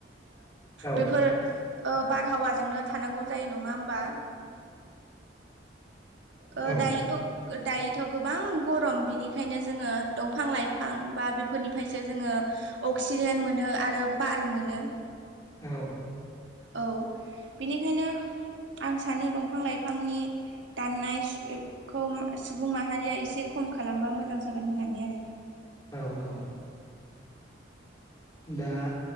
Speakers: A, on the left (about 20°); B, on the right (about 75°).
A: औ
B: बेफोर बारहावाजोंनो थानांगौ जायो नङा होमबा अ
A: औ
B: दायोथ' दायथ' गोबां गरम बिनिखायनो जोङो दंफां लाइफां बा बेफोरनिफ्रायसो जोङो अक्सिजेन मोनो आरो बार मोनो।
A: औ
B: औ बेनिखायनो आं सानो दंफां लाइफांनि दाननायखौ सुबुं माहारिया एसे खम खालामबा मोजां जागोन होननानै आरो
A: औ औ। दा